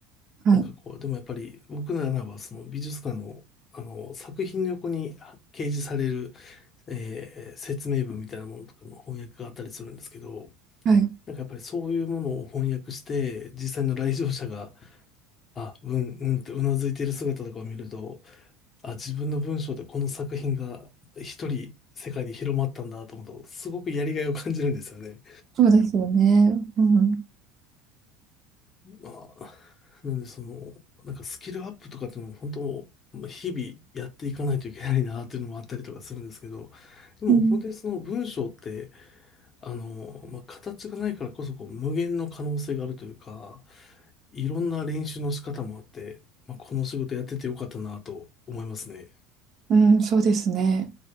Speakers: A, on the right; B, on the left.
A: はい。
B: なんかこう、でもやっぱり僕ならばその美術館のあの作品の横に掲示される、えー説明文みたいなものとかの翻訳があったりするんですけど、
A: はい
B: なんかやっぱりそういうものを翻訳して、実際の来場者が、あ、うんうんってうなずいている姿とかを見ると、あ、自分の文章でこの作品が一人世界に広まったんだと思うと、すごくやりがいを感じるんですよね。
A: そうですよね。うん。
B: まあ、なんでその、なんかスキルアップとかっていうのも本当、まあ日々やっていかないといけないなっていうのもあったりとかするんですけど、でも本当にその文章って、
A: うん。
B: あの、まあ、形がないからこそこう無限の可能性があるというか、いろんな練習の仕方もあって、まあ、この仕事やっててよかったなと思いますね。
A: うん、そうですね。